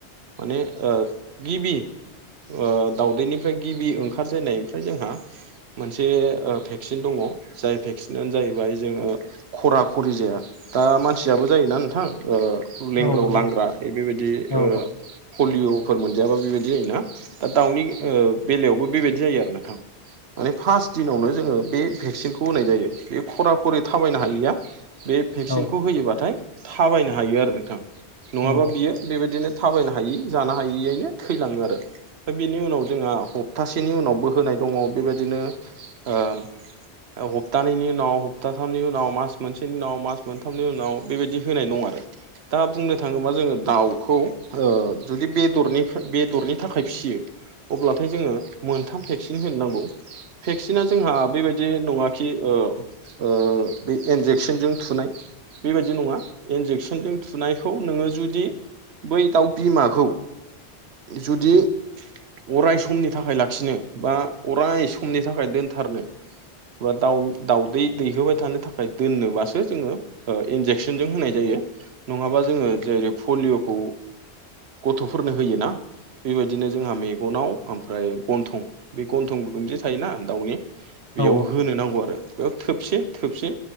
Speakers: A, on the right (about 70°); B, on the left (about 30°).
A: माने ओ गिबि ओ दावउदैनिफ्राय गिबि ओंखार जेननायनिफ्राय जोंहा मोनसे ओ भेक्सिन दङ। जाय भेक्सि जायो बाय जोङो खरा खरि जाया दा मानसियाबो जायोना नोंथां ओ लेंग्राव
B: औ नंगौ
A: लांग्रा
B: नोंथां
A: बे बेबायदि ओ
B: औ
A: पलिअ' फोर मोनजायाबा बेबायदि जायोना दा दाउनि ओ बेलायावबो बेबायदि जायो आरो नोंथां। माने फार्स्ट दिनावनो जोङो बे भेक्सिनखौ होनाय जायो बे खरा खरि थाबायनो हायिया बे भेक्सिनखौ
B: औ
A: होयोबाथाय थाबायनो हायो आरो नोंथां। नङाबा
B: औ
A: बियो बेबायदि बिदिनो थाबायनो हायि जानो हायैयनो थैलाङो आरो बिनि उनाव जोंहा हप्तासेनि उनावबो होनाय दङ बेबायदिनो ओ हप्थानैनि उनाव हप्थाथामनि उनाव मास मोनसेनि उनाव मास मोनथामनि उनाव बेबायदि होनाय दं आरो दा बुंनो थाङोब्ला जोङो दाउखौ ओ जुदि बेरनि बेदरनि थाखाय फिसियो अब्लाथाय जोङो मोनथाम भेक्सिन होनो नांगौ। भेक्सिना जोंहा बेबायदि नङाखि ओ ओ बे इन्जेकसनजों थुनाय बेबायदि नङा इन्जेकसनजों थुनायखौ नोङो जुदि बै दाउ बिमाखौ जुदि अराय समनि थाखाय लाखिनो बा अराय समनि थाखाय दोनथारनो <unintelligible> दा दाउ दै दैहोबाय थानो थाखाय दोननोबासो जोङो ओ इन्जेकसनजों होनाय जायो नङाबा जोङो जेरै पलिअ'खौ गथ'फोरनो होय ना बेबायदिनो जोंहा मेगनाव ओमफ्राय गन्थं बे गन्थं गुदुं जे थायोना दाउनि बेयाव
B: औ
A: होनो नांगौ आरो बेयाव थोबसे थोबसे